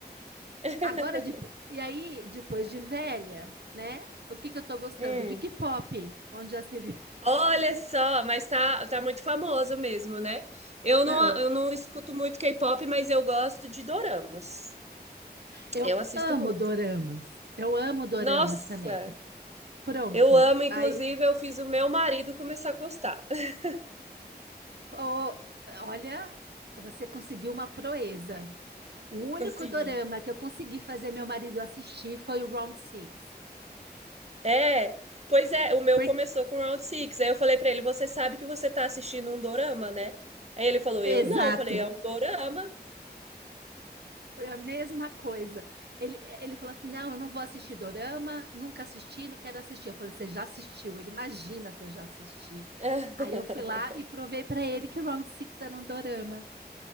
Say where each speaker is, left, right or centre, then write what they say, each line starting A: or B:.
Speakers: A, on the right; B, on the right.
A: <laughs>
B: agora de, e aí depois de velha, né? O que que eu tô gostando?
A: Hum.
B: De K-pop, onde já se viu. <laughs>
A: Olha só, mas tá, tá muito famoso mesmo, né? Eu
B: Eu,
A: não, eu não escuto muito K-pop, mas eu gosto de doramas.
B: eu
A: Eu assisto
B: amo
A: muito.
B: doramas. Eu amo doramas
A: Nossa,
B: também. Pronto.
A: eu amo, inclusive,
B: Aí,
A: eu fiz o meu marido começar a gostar. <laughs>
B: ô, olha, você conseguiu uma proeza. O único
A: Consegui.
B: dorama que eu consegui fazer meu marido assistir foi o Round Six.
A: É, pois é, o meu
B: Por-
A: começou com Round Six. Aí eu falei pra ele, você sabe que você tá assistindo um dorama, né? Aí ele falou,
B: Exato.
A: eu não. Eu falei, é um dorama.
B: Foi a mesma coisa. Ele, ele falou assim: não, eu não vou assistir Dorama, nunca assisti, não quero assistir. Eu falei: você já assistiu? Ele imagina que eu já assisti.
A: <laughs>
B: Aí eu fui lá e provei para ele que Round Six era um Dorama.